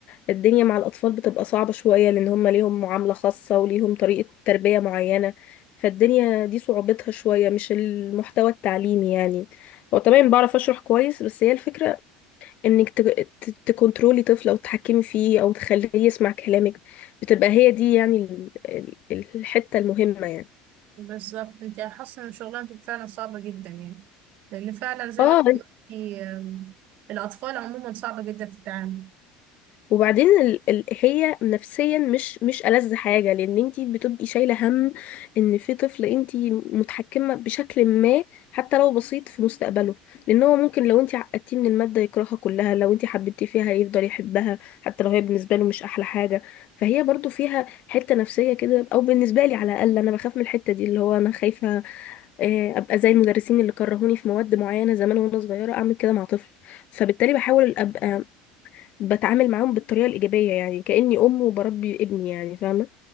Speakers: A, on the left (about 45°); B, on the right (about 50°).
A: الدنيا مع الاطفال بتبقى صعبه شويه لان هم ليهم معامله خاصه وليهم طريقه تربيه معينه فالدنيا دي صعوبتها شويه مش المحتوى التعليمي يعني هو تمام بعرف اشرح كويس بس هي الفكره انك ت- ت- تكنترولي طفل او تتحكمي فيه او تخليه يسمع كلامك بتبقى هي دي يعني ال- ال- الحتة المهمة يعني
B: بالظبط أنت حاسة إن شغلانتك فعلا صعبة جدا يعني لأن فعلا زي
A: اه
B: ما أنت قلتي آم، الأطفال عموما صعبة جدا في التعامل
A: وبعدين ال... ال... هي نفسيا مش مش ألذ حاجة لأن انتي بتبقي شايلة هم إن في طفل انتي متحكمة بشكل ما حتى لو بسيط في مستقبله لأن هو ممكن لو انتي عقدتيه من المادة يكرهها كلها لو انتي حببتيه فيها يفضل يحبها حتى لو هي بالنسبة له مش أحلى حاجة فهي برضو فيها حتة نفسية كده أو بالنسبة لي على الأقل أنا بخاف من الحتة دي اللي هو أنا خايفة آه، أبقى زي المدرسين اللي كرهوني في مواد معينة زمان وأنا صغيرة أعمل كده مع طفل فبالتالي بحاول ابقى بتعامل معاهم بالطريقة الإيجابية يعني كأني أم وبربي ابني يعني فاهمة